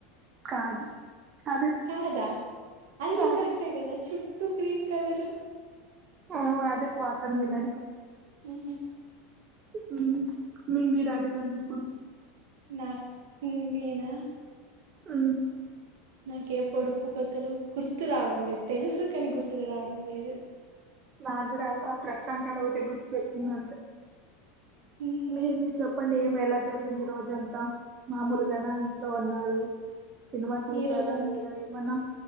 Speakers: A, on the right; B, on the right.
A: కాదు అదే
B: కాదా అది కూడా
A: అదే
B: కరెక్ట్ కదా చుట్టూ గ్రీన్ కలర్
A: ఉ అదే వాటర్ మిలన్
B: ఉహు
A: ఉ మీ మీరు అడగండి ఇప్పుడు
B: నాకు నేనా
A: ఉ
B: నాకే ఏ పొడుపు కథలు గుర్తు రావడం లేదు తెలుసు కానీ గుర్తుకు రావడం లేదు
A: నాకు కూడా ఆ ప్రస్తుతానికి అది ఒకటే గుర్తుచ్చింది అంతే
B: ఉహు.
A: మీరు మీరు చెప్పండి ఏ మ ఎలా జరిగింది ఈ రోజు అంతా మామూలుగాన ఇంట్లో ఉన్నారు సినిమా చూసారా
B: ఈ రోజ అంత
A: లేదా ఏమన్నా